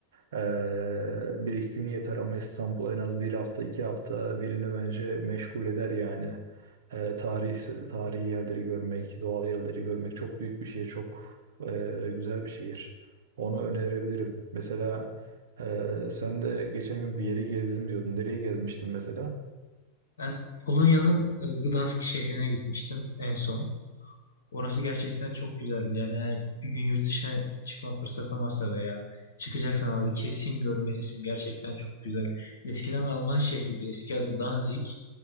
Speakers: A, on the right; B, on the left.
A: eee, bir iki gün yeter ama İstanbul en az bir hafta iki hafta birini bence meşgul eder yani. Eee, tarih, tarihi yerleri görmek, doğal yerleri görmek çok büyük bir şehir. Çok eee, güzel bir şehir. Onu önerebilirim. Mesela ee, sen de geçen gün bir yeri gezdim diyordun. Nereye gezmiştin mesela?
B: Ben Polonya'nın e, Gdansk şehrine gitmiştim en son. Orası gerçekten çok güzeldi. Yani eğer bir gün yurt dışına çıkma fırsatın varsa veya çıkacaksan abi kesin görmelisin. Gerçekten çok güzel. Eskiden Alman şehriydi. Eski adı Danzig.